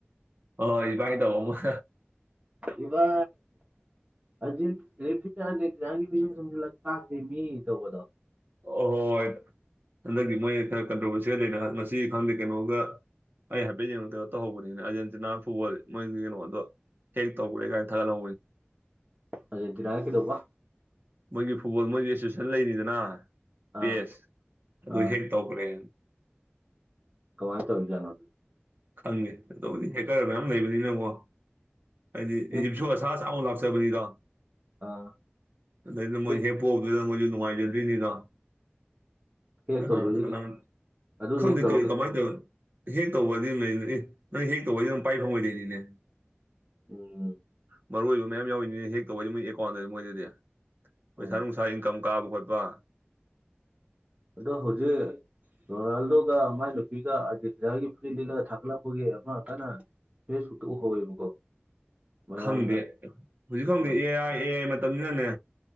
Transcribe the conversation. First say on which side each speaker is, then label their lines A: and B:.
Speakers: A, on the right; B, on the right.
A: ꯍ ꯍꯣꯏ ꯏꯕꯥꯥꯏꯅ ꯇꯧꯕ ꯑꯃꯣꯏ
B: ꯏꯕꯥ ꯑꯖꯤ ꯔꯦꯐꯒꯤ ꯃꯤ ꯇꯧꯕꯗꯣ
A: ꯑꯍꯣꯏꯣꯏ ꯍꯟꯗꯛꯀꯤ ꯃꯣꯏꯅ ꯈꯔ ꯀꯟꯇ꯭ꯔꯣꯚꯔꯁꯤꯌꯥ ꯂꯩꯅ ꯉꯁꯤ ꯈꯪꯗꯦ ꯀꯩꯅꯣꯒ ꯑꯩ ꯍꯥꯏꯐꯦꯠ ꯌꯦꯡꯉꯣ ꯀꯩꯅꯣ ꯇꯧꯍꯧꯕꯅꯤꯅ ꯑꯔꯖꯦꯟꯇꯤꯅꯥ ꯐꯨꯠꯕꯣꯜ ꯃꯣꯏꯒꯤ ꯀꯩꯅꯣꯗꯣ ꯍꯦꯛ ꯇꯧꯧꯕꯦ ꯀꯥꯏ ꯊꯒꯂ
B: ꯑꯔꯖꯦꯟꯇꯤꯅ ꯅ ꯀꯩꯗꯧꯕ
A: ꯃꯣꯏꯒꯤ ꯐꯨꯠꯕꯣꯜ ꯃꯣꯏꯒꯤ ꯑꯦꯁꯣꯁꯤꯌꯦꯁꯟ ꯂꯩꯔꯤꯅꯤꯗꯅ
B: ꯑꯥ
A: ꯄꯦꯁ ꯑꯗꯨ
B: ꯑꯥ
A: ꯍꯦꯛ ꯇꯧꯈ꯭ꯔꯦ
B: ꯀꯃꯥꯏ ꯇꯧꯔꯤ ꯖꯠꯅꯣ
A: ꯈꯪꯗꯦ ꯑꯗꯨꯕꯨꯗꯤ ꯍꯦꯛꯀꯔ ꯃꯌꯥꯝ ꯂꯩꯕꯅꯤꯅꯀꯣ ꯍꯥꯏꯗꯤ
B: ꯍꯦꯛ
A: ꯏꯖꯤꯞꯁꯨ ꯑꯁꯥ ꯆꯃꯨ <unintelligible> ꯂꯥꯛꯆꯥꯕꯅꯤꯗꯣ
B: ꯑꯥ
A: ꯑꯗꯩꯗ ꯃꯣꯏ
B: ꯍꯦꯛ
A: ꯄꯣꯕꯗꯨꯗ ꯃꯣꯏꯁꯨ ꯅꯨꯡꯉꯥꯏꯖꯗ꯭ꯔꯤꯅꯤꯗ
B: ꯍꯦꯛ
A: ꯀꯅꯥꯔꯇ
B: ꯇꯧꯗꯣꯏꯁꯦ
A: ꯀꯅꯥꯔ
B: ꯀꯩ ꯑꯗꯨ
A: ꯈꯪꯗ
B: ꯍꯦꯛ ꯇꯧꯔ
A: ꯀꯔꯤ
B: ꯀꯩ
A: ꯀꯃꯥꯏꯗ ꯍꯦꯛ ꯀꯧꯕꯗꯤ ꯅꯣꯏ ꯅꯪ ꯍꯦꯛ ꯀꯧꯕꯗꯤ ꯅꯪ ꯄꯥꯏ ꯐꯪꯉꯣꯏꯗꯣꯏꯅꯤꯅꯦ
B: ꯎꯝ
A: ꯃꯔꯨ ꯑꯣꯏꯕ ꯃꯌꯥꯝ ꯌꯥꯎꯔꯤꯅꯤꯅ ꯍꯦꯛ ꯇꯧꯕꯗꯤ ꯃꯣꯏ ꯑꯦꯀꯥꯎꯟꯗꯗꯤ ꯃꯣꯏꯗꯗꯤ ꯃꯣꯏ
B: ꯑꯣ
A: ꯏꯁꯥ ꯏꯟꯀꯝ ꯀꯥꯕ ꯈꯣꯠꯄ
B: ꯑꯗꯣ ꯍꯧꯖꯤꯛ ꯔꯣꯅꯥꯜꯗꯣꯒ ꯃꯥꯏ ꯅꯨꯄꯤꯒ ꯑꯥꯔꯖꯦꯟꯇꯤꯅꯥꯒꯤ ꯐꯨꯔꯤꯠ ꯂꯤꯜꯂꯒ ꯊꯥꯒꯠꯂꯛꯄꯒꯤ ꯑꯃ ꯀꯅꯥ ꯍꯦ ꯁꯨꯇ ꯎꯍꯧꯋꯦꯕꯀꯣ ꯃꯌꯥꯝꯅ
A: ꯈꯪꯗꯦ ꯍꯧꯖꯤꯛ ꯈꯪꯗꯦ
B: ꯃ-
A: ꯑꯦ ꯑꯥꯏ ꯑꯦ ꯑꯥꯏ ꯃꯇꯝꯅꯤꯁꯤꯅꯅꯦ